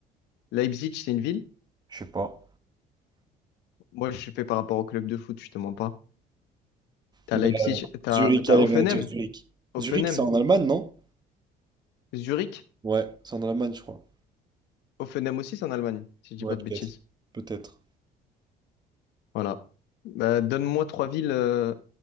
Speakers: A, on the left; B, on the right.
A: Leipzig, c'est une ville.
B: je sais pas.
A: Moi, je fais par rapport au club de foot, justement pas. T'as
B: Bah,
A: Leipzig, t'as
B: Zurich,
A: t'as
B: allez,
A: Hoffenheim,
B: on va dire Zurich.
A: Hoffenheim,
B: Zurich, c'est en Allemagne, non?
A: Zurich.
B: Ouais, c'est en Allemagne, je crois.
A: Hoffenheim aussi, c'est en Allemagne, si je
B: Ouais,
A: dis pas de
B: peut-être.
A: bêtises.
B: Peut-être.
A: Voilà. Bah, donne-moi trois villes. euh,